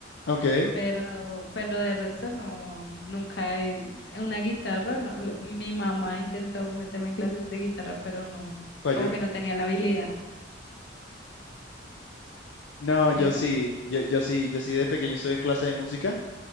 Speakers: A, on the left; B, on the left.
A: Ok,
B: Pero, pero de resto no, nunca he, una guitarra, no. la- Mi mamá intentó meterme en clases de guitarra, pero no,
A: falló.
B: como que no tenía la habilidad.
A: No, yo
B: Dime.
A: sí, yo, yo sí, yo sí de pequeño estuve en clase de música